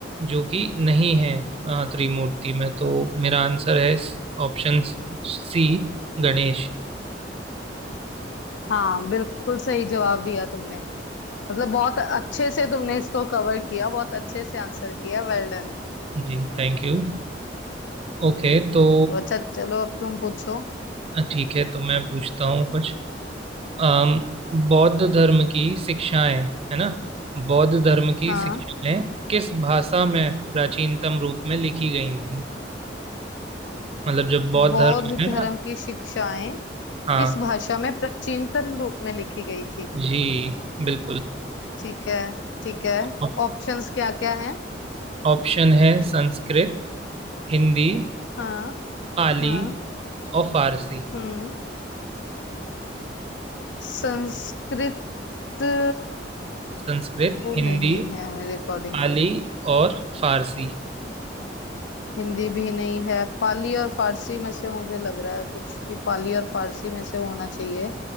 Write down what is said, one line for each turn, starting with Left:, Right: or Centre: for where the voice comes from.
Right: जो कि नहीं है अ, त्रिमूर्ति में तो मेरा आंसर है option C गणेश
Left: हाँ बिल्कुल सही जवाब दिया तुमने मतलब बहुत अच्छे से तुमने इसको कवर किया बहुत अच्छे से आंसर किया वेल डन
Right: Ji thank you Okay तो
Left: तो अच्छा चलो अब तुम पूछो
Right: ठीक है तो मैं पूछता हूँ कुछ अम, बौद्ध धर्म की शिक्षाएं है ना बौद्ध धर्म की
Left: हाँ
Right: शिक्षाएं किस भाषा में प्राचीनतम रूप में लिखी गई थी मतलब जब बौद्ध
Left: बौद्ध
Right: धर्म है ना
Left: धर्म की शिक्षाएं
Right: हाँ
Left: किस भाषा में प्राचीनतम रूप में लिखी गई थी
Right: जी बिल्कुल
Left: ठीक है ठीक है
Right: ऑप-
Left: ऑप्शंस क्या क्या है
Right: ऑप्शन है संस्कृत हिंदी
Left: हाँ
Right: पाली
Left: हाँ
Right: और फारसी
Left: हम्म संस्कृत तो
Right: संस्कृत हिंदी
Left: नहीं है मेरे अकॉर्डिंग
Right: पाली और फारसी
Left: हिंदी भी नहीं है पाली और फारसी में से मुझे लग रहा है कुछ कि पाली और फारसी में से होना चाहिए